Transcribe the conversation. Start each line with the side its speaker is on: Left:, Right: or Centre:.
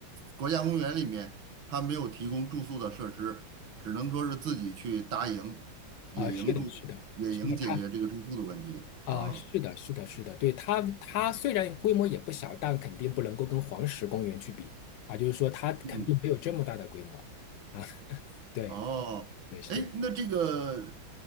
Right: 国家公园里面，它没有提供住宿的设施，只能说是自己去搭营、野营住、
Left: 啊，是的，是的，
Right: 野营解决这个住宿的问题啊。
Left: 是的，它啊，是的，是的，是的，对，它，它虽然规模也不小，但肯定不能够跟黄石公园去比啊，就是说它肯定没有这么大的规模
Right: 嗯，
Left: 啊。<laughs> 对，
Right: 哦，
Left: 对，是
Right: 哎，那这个，